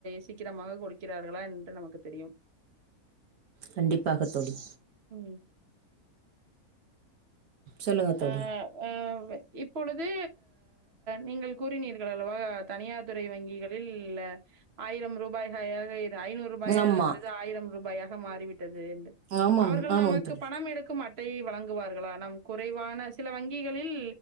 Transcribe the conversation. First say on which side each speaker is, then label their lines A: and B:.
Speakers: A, on the right; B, on the right.
A: சீக்கிரமாக கொடுக்கிறார்களா என்று நமக்கு தெரியும்.
B: கண்டிப்பாக தோழி.
A: ம்..
B: சொல்லுங்க
A: <unintelligible>
B: தோழி
A: ஆஹ் ஆஹ் இப்பொழுது நீங்கள் கூறினீர்கள் அல்லவா தனியார்துறை வங்கிகளில்.. இல்ல ஆயிரம் ரூபாய்காக இரு <unintelligible> <unintelligible> ஐநூறு ரூபாயா
B: ஆமா
A: இருந்தது ஆயிரம் ரூபாயா.. மாறி விட்டு.. <unintelligible> என்று
B: ஆமாம்
A: அவர்கள்
B: ஆமாம்
A: நமக்கு
B: தோழி
A: பணம் எடுக்க மாட் வழங்குவார்களா நம்.. குறைவான சில வங்கிகளில்